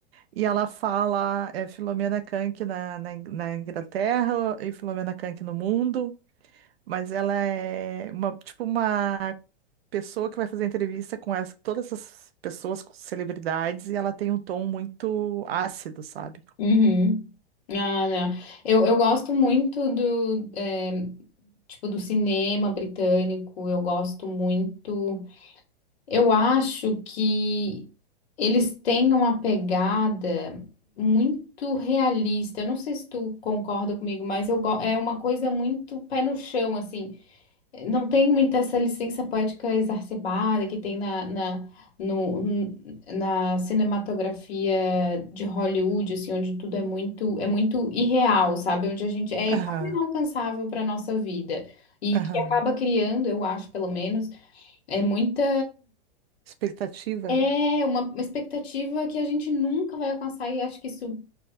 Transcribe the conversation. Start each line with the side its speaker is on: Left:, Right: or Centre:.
Right: e ela fala é, Filomena Khan na, na, In- na Inglaterra e Filomena Khan no mundo. Mas ela é uma, tipo uma pessoa que vai fazer entrevista com essa- todas essas pessoas, com celebridades, e ela tem um tom muito ácido, sabe?
Left: Uhum. Ah, não. Eu, eu gosto muito do, eh, tipo, do cinema britânico. Eu gosto muito. Eu acho que eles têm uma pegada muito realista. Eu não sei se tu concorda comigo, mas eu go- é uma coisa muito pé no chão, assim. Não tem muita essa licença poética exacerbada que tem na, na, no- n- na cinematografia de Hollywood, assim, onde tudo é muito, é muito irreal, sabe? Onde a gente é
Right: Aham,
Left: quase inalcançável para nossa vida. E
Right: aham.
Left: que acaba criando, eu acho, pelo menos. É muita.
Right: Expectativa?
Left: É uma, uma expectativa que a gente nunca vai alcançar e acho que isso